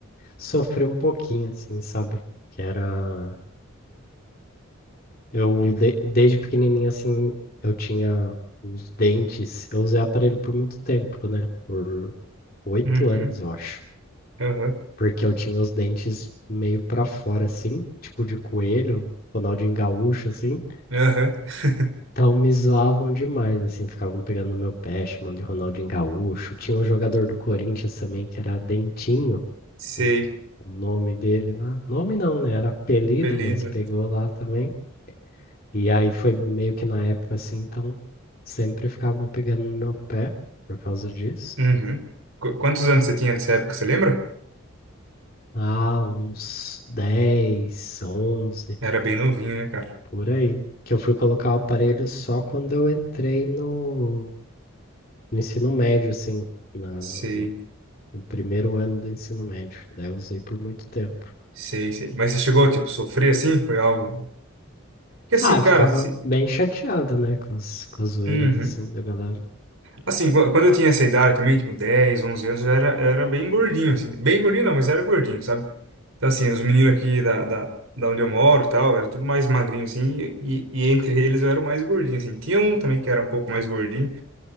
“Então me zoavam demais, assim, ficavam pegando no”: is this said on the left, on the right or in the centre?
Left